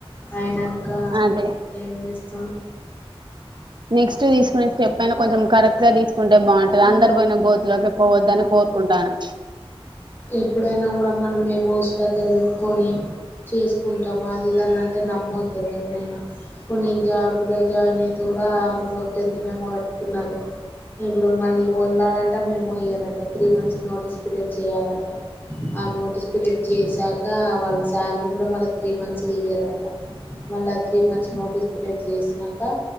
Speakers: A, on the left (about 20°); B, on the right (about 50°).
A: అయినాంక
B: అదే
A: ఏం చేస్తాం
B: నెక్స్ట్ తీసుకునే స్టెప్ అయినా కొంచెం కరెక్ట్ స తీసుకుంటే బాగుంటుంది అందరు పోయిన గోతులోకి పోవద్దని కోరుకుంటాను
A: ఎప్పుడైనా కూడా మనం మెమోస్ దగ్గర పెట్టుకొని చేసుకుంటాము అది ఇది అంటే నమ్మొద్దు ఎవరినైనా ఇప్పుడు నేను జాబులో జాయిన్ అయి ఆ అందులో టెన్త్ మేమో పెట్టుకున్నారు ఇప్పుడు మళ్ళీ వెళ్ళాలంటే మేము ఇయ్యరట త్రీ మంత్స్ నోటిస్ పిరియడ్ చేయాల ఆ నోటీస్ పీరియడ్ చేసాక వాళ్ళ శాలరీ కూడా మళ్ళ త్రీ మంత్స్ ఇయ్యరట మళ్ళా త్రీ మంత్స్ నోటీస్ పీరియడ్ చేసినాక